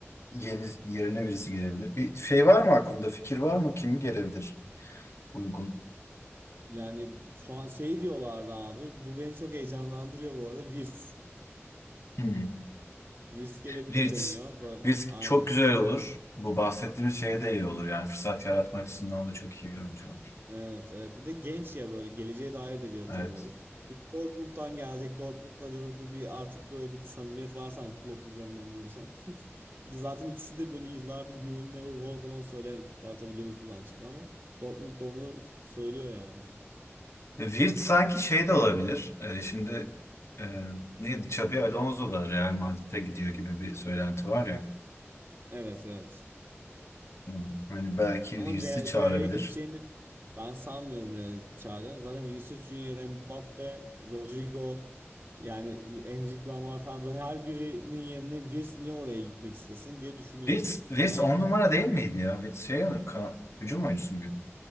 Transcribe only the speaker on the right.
Yani şu an şey diyorlardı abi. Bu beni çok heyecanlandırıyor bu arada. Virs.
Virs gelebilir
deniyor böyle.
Aynen.
Evet, evet. Bir de genç ya böyle geleceğe dair de bir yatırım
olur. Bir de Dortmund'dan gelecek. Dortmund'la Liverpool bir artık böyle bir samimiyet var sanki Klopp üzerinden gelişen. <laughs> Bir de zaten ikisi de böyle yıllardır You Will Never Walk Alone söyleyen ekipler tabii Liverpool'dan çıkma ama Dortmund da onu söylüyor yani.
Evet, evet.
Ama
Re-
Real'e gideceğini ben sanmıyorum Real'e çağıracağını. Zaten Vinicius Junior, Mbappe, Rodrigo yani Endrick Lamar falan böyle her birinin yerine Vinicius niye oraya gitmek istesin diye düşünüyorum.
Yani